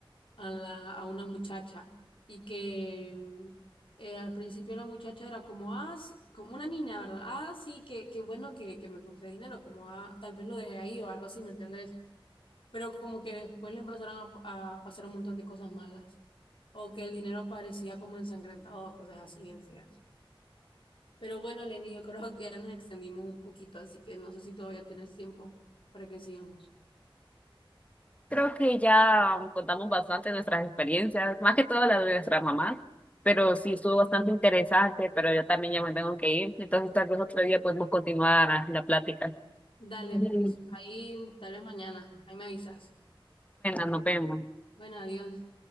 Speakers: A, on the left; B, on the left.
A: a la, a una muchacha y que mm, eh, al principio la muchacha era como, ah, sí", como una niña, ¿verdad? Ah, sí, que, qué bueno que, que me encontré dinero, como, ah, tal vez lo dejé ahí o algo así, ¿me entiendes? Pero como que después le empezaron a, a pasar un montón de cosas malas o que el dinero parecía como ensangrentado, cosas así bien feas. Pero bueno, Lenny, yo creo que ya nos extendimos un poquito, así que no sé si todavía tienes tiempo para que sigamos.
B: Creo que ya um, contamos bastante nuestras experiencias, más que todo la de nuestra mamá, pero sí estuvo
A: Sí.
B: bastante interesante, pero yo también ya me tengo que ir, entonces tal vez otro día podemos continuar la plática.
A: Dale,
B: Bueno,
A: pues ahí tal vez mañana, ahí me avisas.
B: nos vemos.
A: Bueno, adiós.